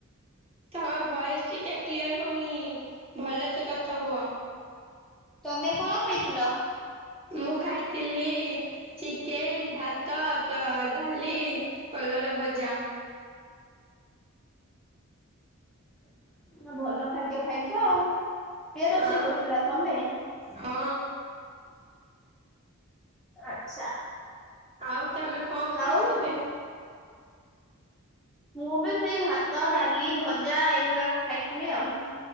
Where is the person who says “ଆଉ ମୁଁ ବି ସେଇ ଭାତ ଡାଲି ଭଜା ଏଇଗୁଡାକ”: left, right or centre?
Centre